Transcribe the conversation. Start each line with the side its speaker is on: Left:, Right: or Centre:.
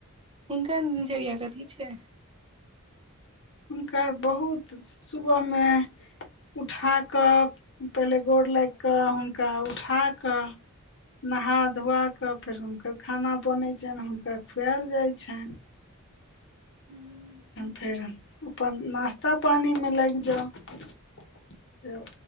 Right: हुनक <unintelligible> कथी छै
Left: हुनकर बहुत सुबहमे उठा कऽ पहिले गोर लैग कऽ हुनका उठा कऽ नहा धुआ कऽ फेर हुनकर खाना बनै छैन हुनका खुआएल जाइ छैन
Right: हूं
Left: तहन फेर अपन नश्ता पानिमे लागि जाउ